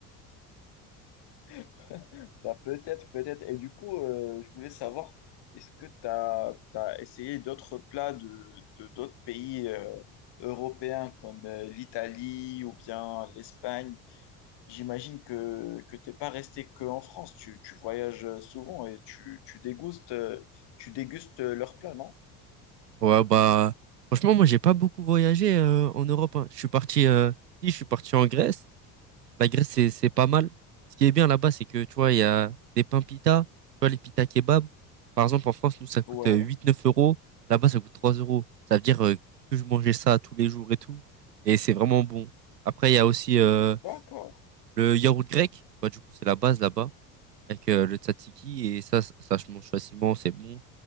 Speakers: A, on the left (about 60°); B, on the right (about 85°).
A: <laughs> Bah, peut-être, peut-être. Et du coup, euh, je voulais savoir, est-ce que tu as, essayé d'autres plats de, de- d'autres pays euh, européens comme euh, l'Italie ou bien l'Espagne? J'imagine que, que t'es pas resté qu'en France. Tu, tu voyages euh, souvent et tu, tu dégustes, euh, tu dégustes euh, leurs plats, non?
B: Ouais, bah franchement, moi j'ai pas beaucoup voyagé euh, en Europe. hein. Je suis parti euh, si je suis parti en Grèce. La Grèce c'est c'est pas mal. Ce qui est bien là-bas, c'est que tu vois, il y a des pains pita, tu vois, les pita kebab. Par exemple, en France, nous, ça coûte
A: Ouais,
B: euh, 8-9 euros. Là-bas, ça coûte 3 euros. Ça veut dire euh, que je mangeais ça tous les jours et tout. Et c'est vraiment bon. Après, il y a aussi euh,
A: d'accord.
B: le yaourt grec. Bah, du coup, c'est la base là-bas. avec euh, le tzatziki et ça, ça ça se mange facilement, c'est bon.